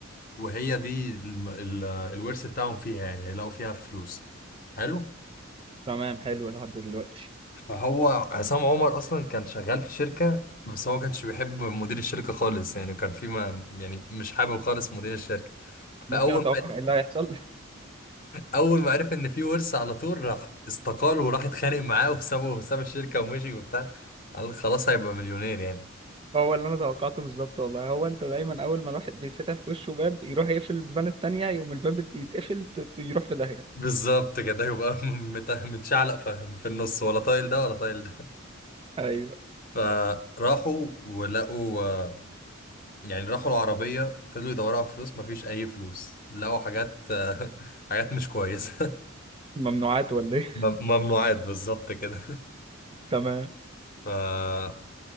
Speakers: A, on the left; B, on the right.
A: وهي دي الم- ال- الورث بتاعهم فيها يعني هيلاقوا فيها فلوس حلو
B: تمام حلو لحد دلوقتي
A: فهو عصام عمر اصلا كان شغال في شركة بس هو ما كانش بيحب مدير الشركة خالص يعني كان في ما يعني مش حابب خالص مدير الشركة
B: ممكن
A: فاول
B: اتوقع
A: ما
B: ايه اللي هيحصل
A: اول ما عرف ان في ورث على طول راح استقال وراح اتخانق معاه وسابه وساب الشركه ومشي وبتاع قال خلاص هيبقى مليونير يعني
B: <laughs> هو اللي انا توقعته بالظبط والله هو انت دايما اول ما الواحد بيتفتح في وشه باب يروح يقفل البان التانية يقوم الباب يت- يتقفل ت- ت- يروح في داهية
A: بالظبط كده يبقى <laughs> مت- متشعلق في في النص ولا طايل ده ولا طايل ده
B: ايوه
A: فراحوا ولقوا آه، يعني راحوا العربية فضلوا يدوروا على فلوس مفيش أي فلوس لقوا حاجات آه، <laughs> حاجات مش كويسة
B: ممنوعات ولا
A: <laughs>
B: ايه
A: مم-
B: <laughs>
A: ممنوعات بالظبط كده <laughs>
B: تمام
A: ف